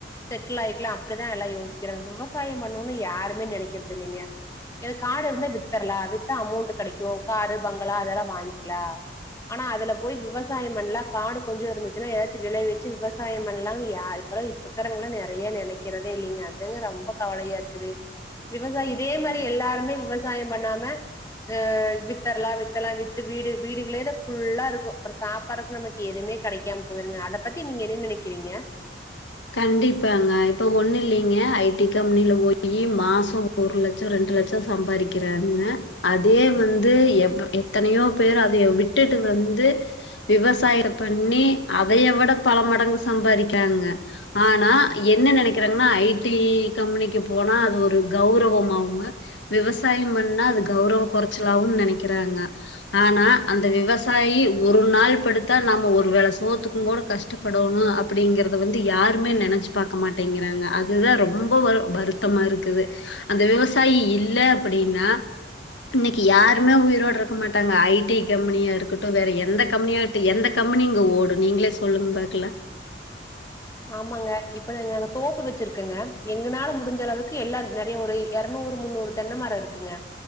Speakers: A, on the left (about 15°); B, on the left (about 80°).
A: செட்டில் ஆய்க்கலா அப்பிடிதா எல்லா யோசிக்கிறாங் விவசாயோ பண்ணோனுன் யாருமே நெனைக்கிறதில்லீங்க ஏனா காடு இர்ந்தா வி்த்தரலா வித்தா அமௌண்ட்டு கெடைக்கு காரு, பங்களா அதெல்லா வாய்ங்க்கிலா ஆனா அதுல போய் விவசாயம் பண்லா காடு கொஞ்சோ இருந்துச்சுன்னா எதாச்சு விளைவிச்சு விவசாயம் பண்லாங் யா இப்பலா விக்கறவங்ளா நெறைய நெனக்கிறதே இல்லீங்க அதாங்க ரொம்ப கவலையா இருக்குது விவசாயோ இதே மாரி எல்லாருமே விவசாயம் பண்ணாம அ வித்தரலா வித்தர்லா வித்து வீடு வீடுகளே தா ஃபுல்லா இருக்கு அப்பறோ சாப்பட்றக் நம்ளுக் எதுமே கெடைக்காம போயிருங்க அத பத்தி நீங்க என்ன நெனக்கிறீங்க
B: கண்டிப்பாங்க இப்ப ஒண்ணு இல்லைங்க ஐ டி கம்பெனில போயி மாசோ ஒரு லட்சோ ரெண்டு லட்சோ சம்பாரிக்கிறாங்க அதே வந்து எவ் எத்தனையோ பேர் அதய விட்டுட்டு வந்து விவசாயம் பண்ணி அதய விட பல மடங்கு சம்பாரிக்காங்க ஆனா என்ன நெனக்கறாங்கன்னா ஐ டி கம்பெனிக்கு போனா அது ஒரு கெளரவம் ஆவுங்க விவசாயம் பண்ணா அது கௌரவ கொறச்சலாவு நெனக்கறாங்க ஆனா அந்த விவசாயி ஒரு நாள் படுத்தா நாம ஒரு வேள சோத்து ங்கோட கஷ்டப்படணு அப்டிங்கறது வந்து யாருமே நெனச்சு பாக்க மாட்டேங்கிறாங்க அதுதான் ரொம்ப வரு வருத்தமா இருக்குது அந்த விவசாயி இல்ல அப்பிடின்னா இன்னிக்கு யாருமே உயிரோட இருக்க மாட்டாங்க ஐ டி கம்பெனியா இருக்கட்டு வேற எந்த கம்பெனியா ட்டு எந்த கம்பெனி இங்க ஓடு நீங்களே சொல்லுங்க பாக்கலா
A: ஆமாங்க இப்ப நாங்க தோப்பு வச்சுருக்கங்க எங்கனால முடிஞ்ச அளவுக்கு எல்லா நறைய ஒரு எரநூறு முன்னூறு தென்ன மரோ இருக்குங்க